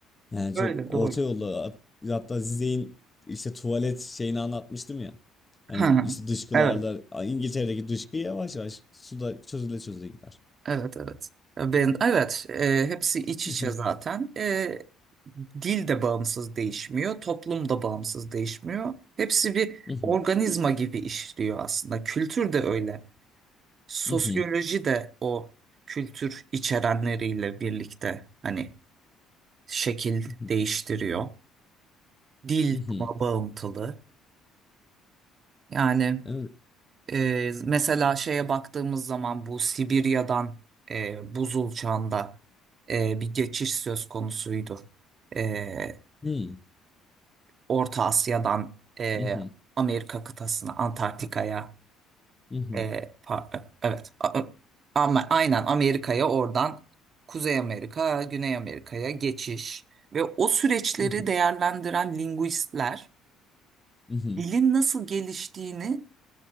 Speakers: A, on the left; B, on the right.
A: Yani
B: Öyle
A: çok orta
B: doğru.
A: yolda hat- hatta Zizek'in işte tuvalet şeyini anlatmıştım ya. Hani
B: Ha,
A: işte dışkılarla
B: evet,
A: A, İngiltere'deki dışkı yavaş yavaş suda çözüle çözüle gider.
B: evet, evet. E, Ben, evet, e, hepsi iç
A: Mhm,
B: içe zaten. E, dil de bağımsız değişmiyor, toplum da bağımsız değişmiyor. Hepsi bir
A: mhm,
B: organizma gibi işliyor aslında. Kültür de öyle. Sosyoloji
A: mhm,
B: de o kültür içerenleriyle birlikte hani şekil
A: mhm,
B: değiştiriyor. Dil
A: mhm,
B: buna bağıntılı. Yani
A: evet,
B: Ee, mesela şeye baktığımız zaman bu Sibirya'dan e, buzul çağında e, bir geçiş söz konusuydu. Ee,
A: hmm,
B: Orta Asya'dan e,
A: mhm,
B: Amerika kıtasına, Antarktika'ya,
A: mhm,
B: e, pa- evet, a- a- ama aynen Amerika'ya oradan Kuzey Amerika, Güney Amerika'ya geçiş ve o süreçleri
A: mhm,
B: değerlendiren linguistler
A: mhm.
B: dilin nasıl geliştiğini